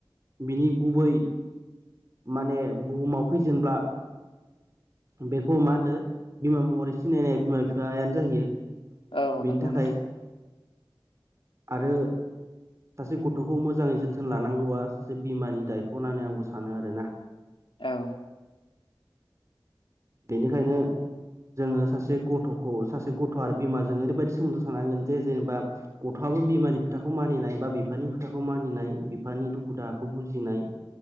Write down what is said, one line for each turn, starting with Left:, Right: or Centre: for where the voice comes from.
Right: बिनि गुबै माने बुहुमाव फैजेनब्ला बेखौ मा होनो बिमा महरै सिनायनाय बिमा बिफायानो जाहैयो।
Left: औ
Right: बेनि
Left: नंगौ
Right: थाखाय
Left: नोंथां।
Right: आरो सासे गथ'खौ मोजाङै जोथोन लानांगौआ सासे बिमानि दायथ' होननानै आंबो सानो आरोना।
Left: औ।
Right: बेनिखायनो जोङो सासे गथ'खौ सासे गथ' आरो बिमाजों ओरैबायाददि सोमोन्दो थानांगोन जे जेनेबा गथ'आ बो बिमानि खोथाखौ मानिनाय बा बिफानि खोथाखौ मानिनाय बिफानि दुखु दाहाखौ बुजिनाय।